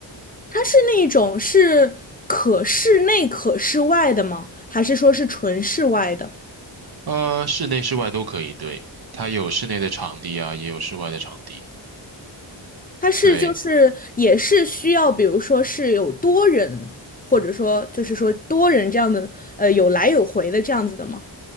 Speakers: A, on the left; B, on the right.
A: 它是那一种是可室内可室外的吗？还是说是纯室外的？
B: 呃，室内室外都可以，对，它有室内的场地啊，也有室外的场地，
A: 它是就是也是需要，
B: 对。
A: 比如说是有多人，或者说就是说多人这样的，呃，有来有回的这样子的吗？